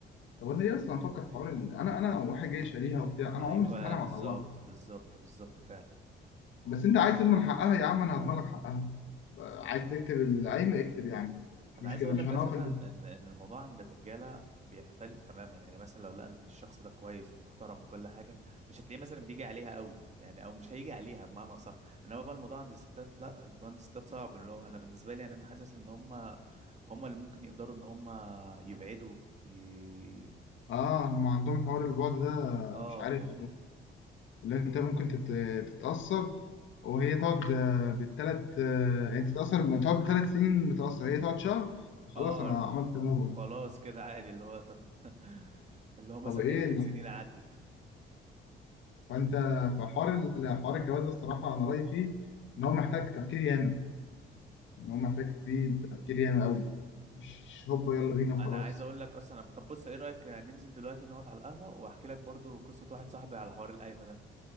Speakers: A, on the left (about 75°); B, on the right (about 35°).
A: طب انا ليه اصلا افكر في حوار ال... انا انا واحد جاي شاريها وبتاع انا
B: ايوه
A: عمري استحاله
B: بالظبط
A: ما اطلقها
B: بالظبط بالظبط فعلا
A: بس انت عايز تضمن حقها يا عم انا هضمن لك حقها بقى عايز تكتب العيب اكتب يعني
B: انا
A: مش مشكله
B: عايز اقول
A: مش
B: لك
A: هنقف
B: اساسا
A: البيت
B: ان ان الموضوع عند الرجاله بيختلف تماما يعني مثلا لو لقى ان الشخص ده كويس ومحترم وكل حاجه مش هتلاقيه مثلا بيجي عليها قوي يعني او مش هيجي عليها بمعنى اصح انما بقى الموضوع عند الستات لا الموضوع عند الستات صعب اللي هو انا بالنسبه لي يعني انا حاسس ان هم هم اللي ممكن يقدروا ان هم يبعدوا ي...
A: اه هم عندهم حوار البعد ده
B: اه
A: مش عارف
B: فاهمني
A: اللي انت ممكن تت- تتأثر وهي تقعد آه، بالتلات آه، يعني تتأثر ما تقعد بثلاث سنين متأثر هي تقعد شهر خلاص
B: اه
A: أنا
B: ال-
A: عملت موفا
B: وخلاص كده عادي اللي هو طب <laughs> اللي هو مثلا
A: طب إيه
B: عشرة
A: اللي-
B: سنين عدت
A: فأنت في حوار ال- حوار الجواز ده الصراحة أنا رأيي فيه إن هو محتاج تفكير ياما إن هو محتاج فيه تفكير ياما أوي مش هوبا يلا بينا وخلاص
B: انا عايز اقول لك اصلا أنا- طب بص ايه رايك ننزل دلوقتي نقعد على القهوه واحكي لك برضو قصه واحد صاحبي على حوار القايمه ده